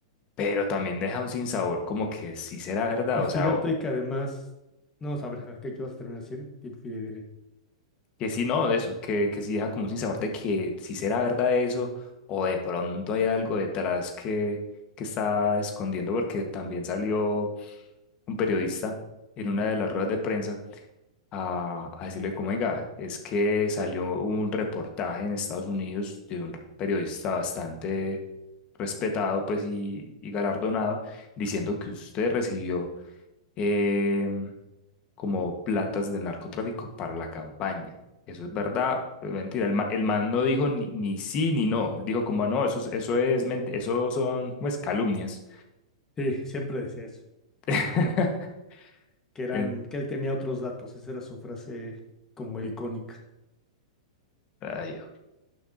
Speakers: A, on the left; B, on the left.
A: pero también deja un sinsabor como que sí será verdad,
B: Y
A: o
B: fíjate
A: sea,
B: que además, no, a ver, ¿a ¿qué, qué vas a terminar de decir? Di- di- di- di.
A: Que sí, no, de eso, que, que sí deja como sin sabor de que si será verdad eso o de pronto hay algo detrás que, que está escondiendo, porque también salió un periodista en una de las ruedas de prensa a, a decirle como, oiga, es que salió un reportaje en Estados Unidos de un periodista bastante respetado pues y, y galardonado diciendo que usted recibió em, como platas del narcotráfico para la campaña. Eso es verdad, es mentira. El, ma- el man no dijo ni, ni sí ni no. Él dijo como, "Ah, no, eso es, eso es, ment- eso son, pues, calumnias.
B: Sí, siempre decía eso,
A: <laughs>
B: siempre. Que eran,
A: En-
B: que él tenía otros datos, esa era su frase como icónica.
A: ay, oh,